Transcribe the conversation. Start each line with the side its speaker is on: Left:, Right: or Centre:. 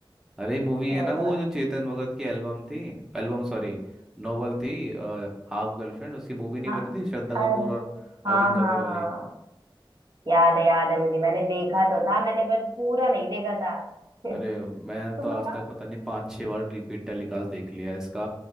Centre: अरे मूवी
Right: वो
Centre: है ना वो
Right: तो भाई
Centre: जो
Right: मुझे
Centre: चेतन भगत की एल्बम थी एल्बम सॉरी नोवेल थी हाफ गर्लफ्रेंड उसकी मूवी नहीं
Right: हाँ
Centre: बनी थी श्रद्धा
Right: अरे
Centre: कपूर और अर्जुन
Right: हाँ हाँ
Centre: कपूर वाली
Right: हाँ याद है याद है मुझे मैंने देखा तो था मैंने बस पूरा नहीं देखा था <laughs> तुम
Centre: अरे मैंने तो आज
Right: बताओ
Centre: तक पता नहीं पांच छह बार रिपीट टेलीकास्ट देख लिया है इसका